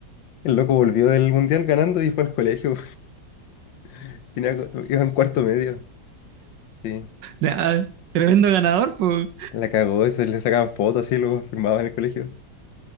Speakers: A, on the left; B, on the right.
A: El loco volvió del mundial ganando y fue al colegio. <laughs> Tenía, co- iba en cuarto medio, sí.
B: Ah, Tremendo ganador, pues.
A: La cagó, se le sacaban fotos así, luego firmaban en el colegio.